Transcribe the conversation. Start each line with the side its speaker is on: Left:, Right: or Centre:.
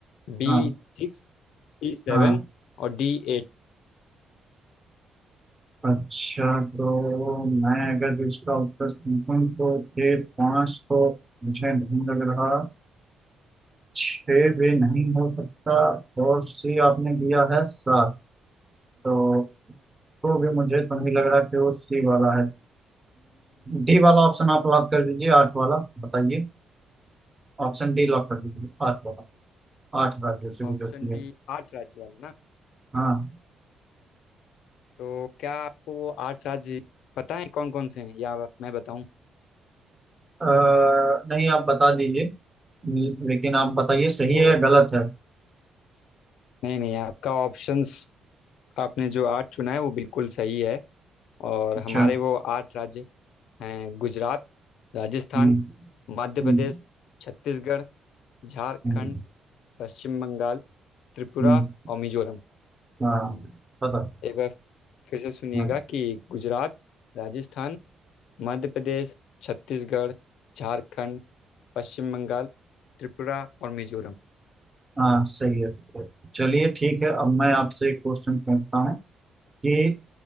Left: बी
Right: हाँ
Left: सिक्स सी सेवन
Right: हाँ
Left: और डी एट
Right: अच्छा तो मैं अगर जो इसका उत्तर पूछूं तो ये पाँच तो मुझे नहीं लग रहा छः भी नहीं हो सकता और सी आपने लिया है सात तो उसको भी मुझे तो नहीं लग रहा कि वो सी वाला है डी वाला ऑप्शन आप लॉक कर दीजिए आठ वाला बताइए ऑप्शन डी लॉक कर दीजिए आठ वाला आठ राज्यों से गुजरती
Left: ऑप्शन
Right: है
Left: डी आठ राज्य वाला ना
Right: हाँ
Left: तो क्या आपको वो आठ राज्य पता है कौन कौन से हैं या मैं बताऊं
Right: अ, नहीं आप बता दीजिए हम्म, लेकिन आप बताइए सही
Left: तो
Right: है या गलत है
Left: नहीं नहीं आपका ऑप्शंस आपने जो आठ चुना है वो बिल्कुल सही है और
Right: अच्छा
Left: हमारे वो आठ राज्य हैं गुजरात राजस्थान
Right: हम्म
Left: मध्य
Right: हम्म
Left: प्रदेश छत्तीसगढ़ झारखंड
Right: हम्म
Left: पश्चिम बंगाल त्रिपुरा
Right: हम्म,
Left: और मिजोरम
Right: हाँ पता
Left: एक बार फिर से सुनिएगा
Right: हाँ
Left: कि गुजरात राजस्थान मध्य प्रदेश छत्तीसगढ़ झारखंड पश्चिम बंगाल त्रिपुरा और मिजोरम
Right: हाँ सही है चलिए ठीक है अब मैं आपसे एक क्वेश्चन पूछता हूँ कि